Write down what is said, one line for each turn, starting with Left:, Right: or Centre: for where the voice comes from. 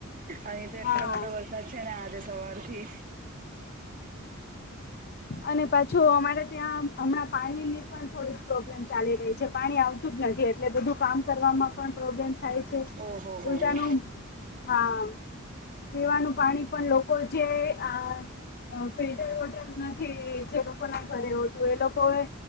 Right: અહીં તો એટલો
Left: હા
Right: બધો વરસાદ છે ને, આજે સવારથી
Left: અને પાછું અમારે ત્યાં હમણાં પાણીની પણ થોડીક પ્રોબ્લેમ ચાલી રહી છે, પાણી આવ તું જ નથી, એટલે બધું કામ કરવામાં પણ પ્રોબ્લેમ્સ થાય છે,
Right: ઓહો હો
Left: ઉલટાનું.
Right: હો
Left: હા. પીવાનું પાણી પણ લોકો છે, આ ફિલ્ટર વોટર નથી, જે લોકો ના ઘરે હોતું, એ લોકો એ